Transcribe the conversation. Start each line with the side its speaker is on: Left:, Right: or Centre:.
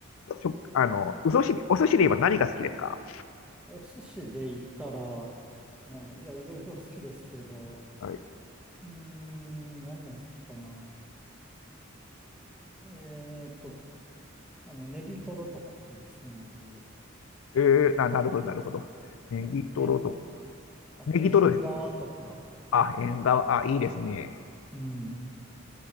Left: 食あの、お寿司、お寿司で言えば何が好きですか
Centre: お寿司で言ったら、ねえ、いや、いろいろ好きですけど、
Left: はい。
Centre: うーん、何が好きかな。えーっと、あの、ネギトロとか好きですね、まず。
Left: えー、な、なるほど、
Centre: うん、
Left: なるほど。ネギトロとか。
Centre: うんえんあと、
Left: ネギトロです。
Centre: 縁側とか、
Left: あ、
Centre: えー
Left: 縁側、あ、いいですね。
Centre: うん。